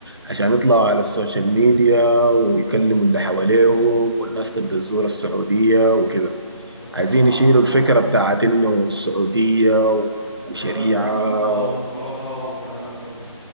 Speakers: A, on the right (about 50°); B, on the left (about 20°).
A: عشان يطلعوا على السوشيال ميديا ويكلموا اللي حواليهم والناس
B: امم
A: تبدا تزور السعوديه وكده
B: والصراحة
A: عايزين يشيلوا
B: عندهم
A: الفكره
B: حق
A: بتاعت انه السعوديه
B: وبلد
A: وشريعه
B: م- م- آه، مغلقة والكلام ده كله